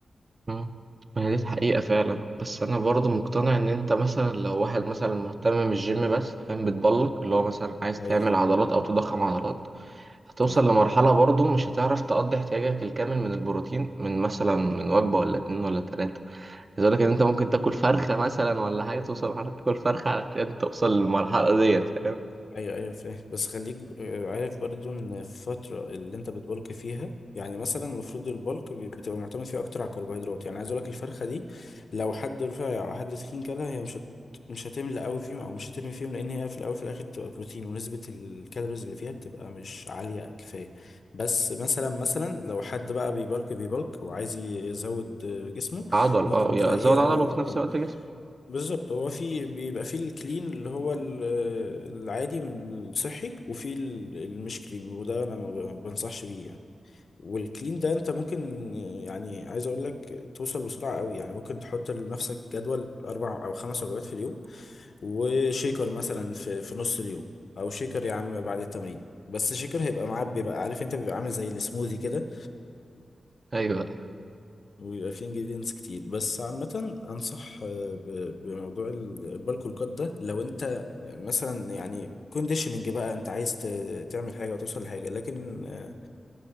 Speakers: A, on the right; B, on the left.
A: مم. ما هي دي الحقيقة فعلا بس انا برضو مقتنع ان انت مثلا لو واحد مثلا مهتم بالجيم بس فاهم بتبلك اللي هو مثلا عايز
B: ايوه
A: تعمل عضلات او تضخم عضلات هتوصل
B: ايوه
A: لمرحلة برضو مش هتعرف تقضي احتياجك الكامل من البروتين من مثلا من وجبة ولا اتنين ولا تلاتة عايز اقول لك ان انت ممكن تاكل فرخة مثلا ولا حاجة توصل لمرحلة تاكل فرخة علشان توصل للمرحلة ديت فاهم
B: ايوه ايوه فاهم بس خليك ب- آه، عارف برضو ان الفترة اللي انت بتبلك فيها يعني مثلا المفروض البلك بي- بتبقى معتمد فيه اكتر على الكربوهيدرات يعني عايز اقول لك الفرخة دي لو حد رفيع او حد تخين كلها هي مش هت... مش هتملى قوي فيهم او مش هترمي فيهم لان هي في الاول في الاخر بتبقى بروتين ونسبة الكالوريز اللي فيها بتبقى مش عالية كفاية بس مثلا مثلا لو حد بقى بيبلك بيبلك وعايز يزود جسمه
A: عضل
B: ممكن
A: اه يا-
B: تلاقيها
A: زود عضل
B: اه
A: وفي
B: اه
A: نفس الوقت جسم
B: بالظبط هو في بيبقى في الكلين اللي هو ال- العادي من الصحي وفي ال- المش كلين وده انا ما ب- بنصحش بيه يعني والكلين ده انت ممكن يعني عايز اقول لك توصل بسرعة قوي يعني ممكن تحط لنفسك جدول اربع او خمس وجبات في اليوم وشيكر مثلا في في نص اليوم او شيكر يا عم بعد التمرين بس شيكر هيبقى معاه بيبقى عارف انت بيبقى عامل زي السموذي كده
A: ايوه ايوه
B: ويبقى فيه انجريدينتس كتير بس عامة انصح آه، ب- بموضوع ال- البالكو الكات ده لو انت آه، مثلا يعني كونديشننج بقى انت عايز ت- تعمل حاجة وتوصل لحاجة لكن آه،